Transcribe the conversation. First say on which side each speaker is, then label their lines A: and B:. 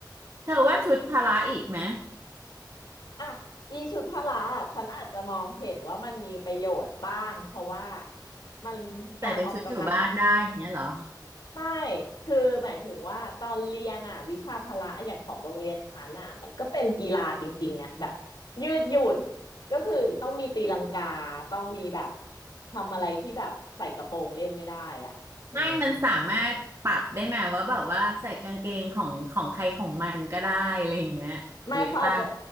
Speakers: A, on the right; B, on the left.
A: เธอว่าชุดพละอีกไหม
B: อ่ะอีชุดพละอ่ะฉันอาจจะมองเห็นว่ามันมีประโยชน์บ้างเพราะว่ามันการออกกำลัง
A: ใส่เป็นชุดอยู่บ้านได้อย่างเงี้ยเหรอ
B: ไม่คือหมายถึงว่าตอนเรียนอ่ะวิชาพละออย่างของโรงเรียนฉันอ่ะมันก็เป็นกีฬาจริงๆอ่ะแบบยืดหยุ่นก็คือต้องมีตีลังกาต้องมีแบบทำอะไรที่แบบใส่กระโปรงเล่นไม่ได้อ่ะอืม
A: ไม่มันสามารถปรับได้ไหมว่าแบบว่าใส่กางเกงของของใครของมันก็ได้อะไรอย่างเงี้ยหรือป่ะ
B: ไม่เขาอาจจะ